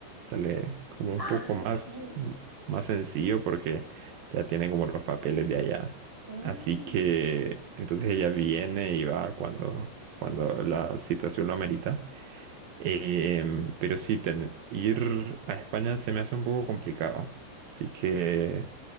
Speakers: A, on the right; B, in the centre.
A: Sale como un
B: Ah,
A: poco más,
B: ok.
A: más sencillo porque ya tiene como los papeles de allá.
B: Mm,
A: Así que entonces ella viene y va cuando, cuando la situación lo amerita. Em, pero sí, ten- ir a España se me hace un poco complicado. Así que